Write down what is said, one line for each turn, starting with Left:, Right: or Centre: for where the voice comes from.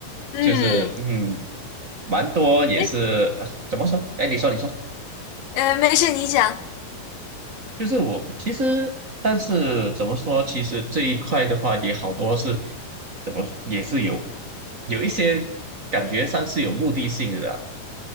Left: 嗯，
Right: 就是嗯，蛮多也是呃怎么说？
Left: 哎，
Right: 哎，你说你说。
Left: 呃，没事，你讲
Right: 就是我其实，但是怎么说？其实这一块的话，也好多是怎么说也是有有一些感觉上是有目的性的啊